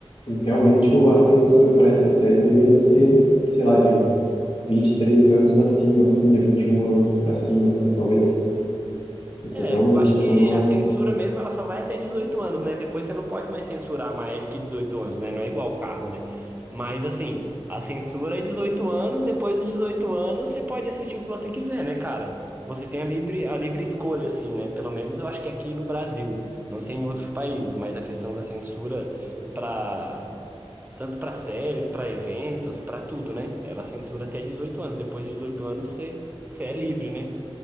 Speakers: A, on the left; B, on the right.
A: realmente o- a censura para essas séries deveriam ser, sei lá, de 23 anos acima, assim, né, 21 anos para cima, assim, talvez, porque
B: É,
A: realmente
B: eu acho que
A: é uma
B: a censura mesmo ela só vai até 18 anos, né? Depois você não pode mais censurar mais que 18 anos, né? Não é igual carro, né? Mas assim, a censura é 18 anos, depois dos 18 anos você pode assistir o que você quiser, né, cara? Você tem a livre, a livre escolha, assim, né? Pelo menos eu acho que aqui no Brasil, não sei em outros países, mas a questão da censura para tanto para séries, para eventos, para tudo, né? Ela censura até 18 anos. Depois de 18 anos você, você é livre, né?